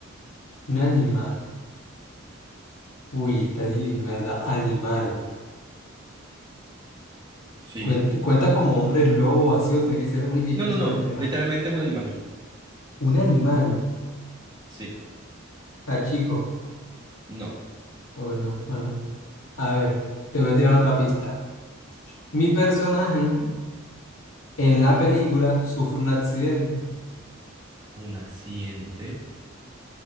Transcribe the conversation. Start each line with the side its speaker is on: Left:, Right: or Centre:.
Left: Un animal. Uy, está difícil, ¿verdad? Animal.
Right: Sí.
Left: Cuenta, cuenta como hombre lobo así o tiene que ser único y exclusivamente
Right: No, no, no.
Left: animal.
Right: Literalmente es un animal.
Left: Un animal.
Right: Sí.
Left: ah chico.
Right: No.
Left: Uy, no, bueno. A ver, te voy a tirar otra pista. Mi personaje en la película sufre un accidente.
Right: Un accidente.